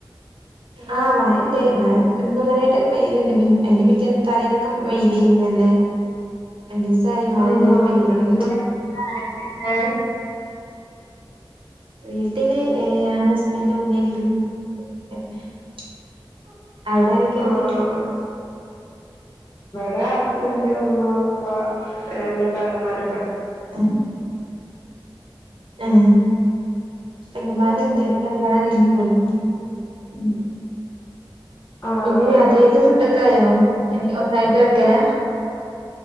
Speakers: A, on the right; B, on the left.
A: ആഹ് മഴണ്ട് മഴ ഇന്നും ഇന്നലെ ആയിട്ട് പെയ്യ്ണ്ട് മീൻ അയ്ന്റെ പിറ്റേന്നും തലേന്നൊക്കെ വെയ്ലെനി നല്ലെ രണ്ടിസായി മഴ
B: ആഹ്
A: ഇങ്ങനെ പെയ്യല് ഒടങ്ങിട്ട്
B: ഇങ്ങളെ ആരൊക്കെണ്ട്
A: ഉം വീട്ടില് എ ഏ ഞാനും, ഹസ്ബൻറും, ഉമ്മയും, ഉപ്പയും <unintelligible> അവിടാരിക്കണ്ട്?
B: ആഹ് ടെ ഹസ്ബൻ <unintelligible> ഉമ്മ, ഉപ്പാ. രണ്ട് പെങ്ങമാര്.
A: ഉം ഉം പെങ്ങമാര്. ഇണ്ട്. കല്യാണം കഴിഞ്ഞ പോയി. ഉം.
B: ആഹ്
A: പിന്നെ രാത്രിയൊക്കെ ഫുഡൊക്കെ ആയോ, പിന്നെ ഒന്നായിട്ട് വെക്കല?